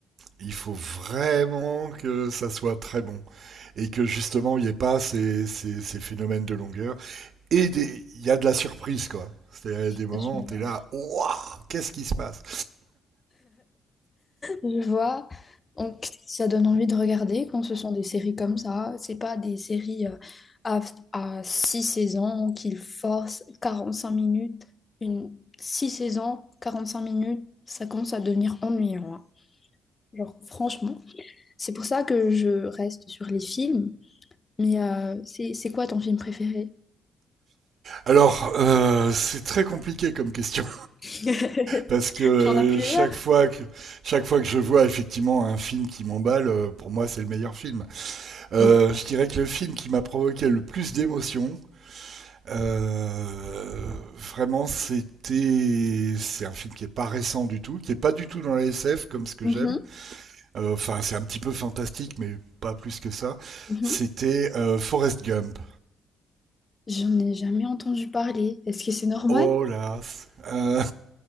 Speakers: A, on the right; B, on the left.
A: il faut vraiment que ça soit très bon et que justement il n'y ait pas ces, ces, ces phénomènes de longueur et des- il y a de la surprise quoi. C'est des moments
B: Je,
A: où t'es là, waouh, qu'est-ce qui se passe
B: je vois. Donc, ça donne envie de regarder quand ce sont des séries comme ça. C'est pas des séries euh, à, à six saisons qu'ils forcent quarante cinq minutes. Une six saisons, quarante cinq minutes, ça commence à devenir ennuyant. hein. Genre, franchement. C'est pour ça que je reste sur les films. Mais euh, c'est c'est quoi ton film préféré?
A: Alors, euh, c'est très compliqué comme question.
B: <laughs>
A: parce que euh,
B: Tu en as plusieurs?
A: chaque fois que chaque fois que je vois effectivement un film qui m'emballe, euh, pour moi c'est le meilleur film. Euh,
B: Oui.
A: je dirais que le film qui m'a provoqué le plus d'émotions, euh, vraiment c'était c'est un film qui est pas récent du tout, qui est pas du tout dans la SF comme ce que
B: Mm-hmm.
A: j'aime. Euh, Enfin c'est un petit peu fantastique mais pas plus que ça.
B: Mhm.
A: C'était euh, Forrest Gump.
B: J'en ai jamais entendu parler. Est-ce que c'est normal?
A: Oh là, euh,